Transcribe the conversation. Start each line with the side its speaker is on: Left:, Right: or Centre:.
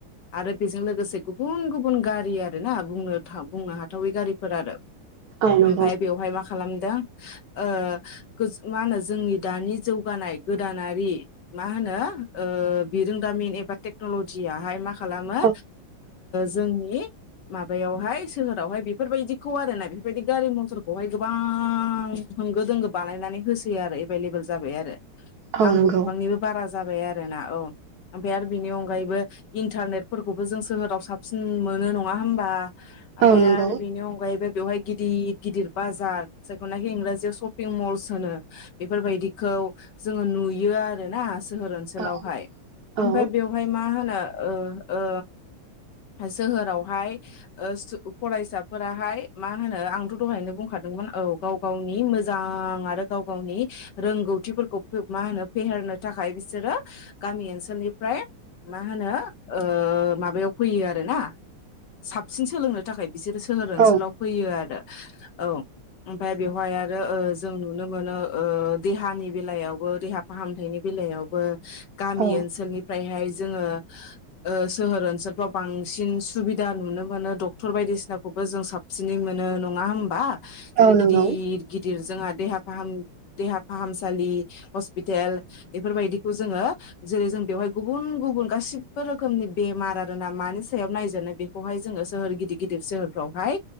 Left: आरो बेजों लोगोसे गुबुन गुबुन गारि आरो ना बुंनो बुंनो हाथावै गारिफोर आरो
Right: औ नंगौ
Left: ओमफाय बेवहाय मा खालामदों ओ मा होनो जोंनि दानि जौगानाय गोदानारि मा होनो बिरोंदामिन एबा टेक्न'लजि आहाय मा खालामो
Right: औ
Left: जोंनि माबायावहाय सोहोरावहाय बेफोरबायदिखौ आरो ना बेफोरबायदि गारि मथरखौहाय गोबां होंगो दोंगो बानायनानै होसोयो आरो एभेलेबल जाबाय आरो
Right: औ
Left: नांगौ
Right: नंगौ
Left: बिबांनिबो बारा जाबाय आरो ना औ ओमफ्राय आरो बेनि अनगायैबो इन्टारनेटफोरखौबो जों सोहोराव साबसिन मोनो नङा होमबा ओमफ्राय
Right: औ नंगौ
Left: आरो बेनि अनगायैबो बेवहाय गिदिर गिदिर बाजार जायखौनाखि इंराजियाव शपिं मल्स होनो बेफोरबायदिखौ जोङो नुयो आरोना सोहोर ओनसोलावहाय
Right: औ औ
Left: ओमफ्राय बेवहाय मा होनो ओ ओ सोहोरावहाय फरायसाफोराहाय मा होनो आंथ' दहायनो बुंखादों औ गाव गावनि मोजां आरो गाव गावनि रोंगौथिफोरखौ मा होनो फेहेर होननो थाखाय बिसोरो गामि ओनसोलनिफ्राय मा होनो ओ माबायाव फैयो आरो ना साबसिन सोलोंनो थाखाय बिसोरो सोहोर
Right: औ
Left: ओनसोलाव फैयो आरो औ ओमफ्राय बेवहाय आरो ओ जों नुनो मोनो देहानि बेलायावबो देहा फाहामथायनि बेलायावबो गामि
Right: औ
Left: ओनसोलनिफ्रायहाय जोङो सोहोर ओनसोलफ्राव बांसिन सुबिदा नुनो मोनो डक्टर बायदिसिनाखौबो जों साबसिनै मोनो नोंगा होमबा जेरै
Right: औ नंगौ
Left: गिदिर गिदिर गिदिर जोंहा देहा फाम देहा फाहामसालि हस्पिटेल बेफोरबायदिखौ जोङो जेरै जों बेवहाय गुबुन गुबुन गासिब बे रोखोमनि बेमार आरो ना मानि सायाव नायजानो बेखौहाय जोङो सोहोर गिदिर गिदिर सोहोरफ्रावहाय